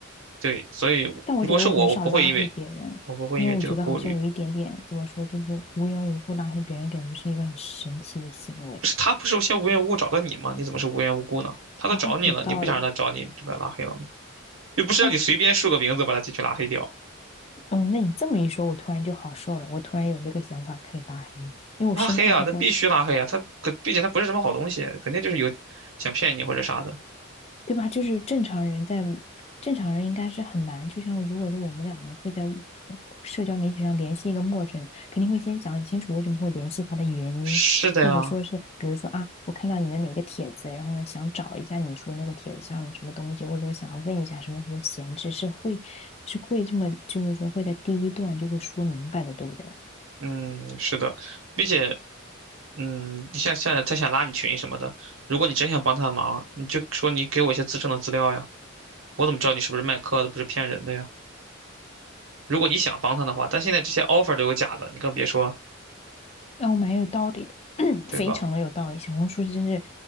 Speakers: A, on the right; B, on the left.
A: 对，所以如果是我，
B: 但我觉得我很少拉黑别人，
A: 我不会因为我不会因为这个顾虑。
B: 因为我觉得好像有一点点怎么说，就是无缘无故拉黑别人，感觉是一个很神奇的行为。
A: 不是他不是先无缘无故找到你吗？你怎么是无缘无故呢？他都找你了，
B: 哦，有道理。
A: 你不想让他找你，就把他拉黑了吗？又不是让你随便输个名字把他进去拉黑掉。
B: 哎，嗯，那你这么一说，我突然就好受了。我突然有这个想法可以拉黑，因为我生怕到时候
A: 拉黑啊，那必须拉黑啊！他可，并且他不是什么好东西，肯定就是有想骗你或者啥的。
B: 对吧？就是正常人在正常人应该是很难，就像如果是我们两个会在社交媒体上联系一个陌生人，肯定会先讲清楚为什么会联系他的原因，
A: 是的呀，
B: 或者说是比如说啊，我看到你的哪个帖子，然后呢想找一下你说那个帖子上的什么东西，或者说想要问一下什么什么闲置，是会是会这么就是说会在第一段就会说明白的，对不对？
A: 嗯，是的，并且，嗯，你像像他想拉你群什么的，如果你真想帮他的忙，你就说你给我一些自证的资料呀，我怎么知道你是不是卖课的，不是骗人的呀？如果你想帮他的话，但现在这些 offer 都有假的，你更别说，
B: 然后蛮有道理的，<coughs>
A: 对吧？
B: <clears throat> 非常的有道理。小红书真是